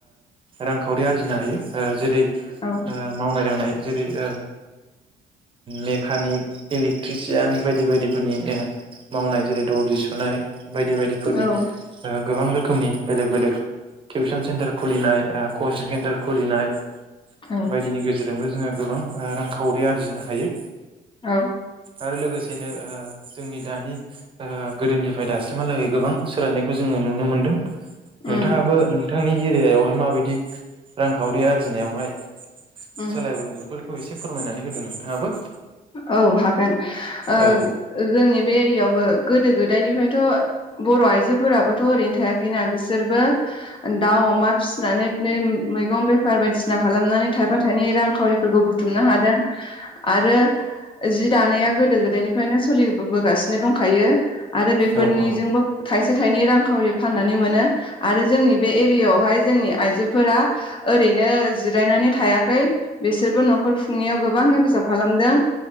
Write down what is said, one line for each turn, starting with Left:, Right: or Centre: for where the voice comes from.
Right: रांखावरि ओ आरजिनो हायो। जेरै
Left: औ
Right: ओ मावनाय-दांनाय जेरै ओ मेकानिक, इलेक्ट्रिसियान बायदि बायदिफोरनि ओ मावनाय जेरै दरजि सुनाय बायदि बायदिफोरनि
Left: औ
Right: ओ गोबां रोखोमनि बेलेग बेलेग टिउसन सेन्टार खुलिनाय ओ कचिं सेन्टार खुलिनाय
Left: औ
Right: बायदिनि गेजेरजोंबो जोंहा गोबां आ रांखावरि आरजिनो हायो।
Left: औ
Right: आरो लोगोसेनो जोंनि दानि ओ गोदोनिफ्राय दासिमहालागै गोबां सोलायनायखौ जोङो नुनो मोन्दों।
Left: उम
Right: नोंथाङाबो नोंथांनि एरियायावहाय माबायदि रांखावरि आरजिनायावहाय
Left: उम
Right: सोलायबोदों बेफोर खौ एसे फोरमायनानै होदो नोंथाङाबो।
Left: औ हागोन ओ
Right: औ
Left: जोंनि बे एरियायावबो गोदो गोद दायनिफ्रायथ' बर' आइजोफोराबोथ' ओरैनो थायाखैना बिसोरबो दाउ अमा फिसि नानै मैगं बे फार बायदिसिना खालामनानै थाइफा थाइनै रांखावरिफोरखौ बुथुमनो हादों। आरो जि दानाया गोदो गोदायनिफ्रायनो सलिबोबोगासिनो दंखायो। आरो बेफोरनिजोंबो
Right: औ औ
Left: थाइसे थाइनै रांखावरि फाननानै मोनो आरो जोंनि बे एरियायावहाय जोंनि आइजो फोरा ओ ओरैनो जिरायनानै थायाखै। बिसोरबो न'खर खुंनायाव गोबां हेफाजाब खालामदों।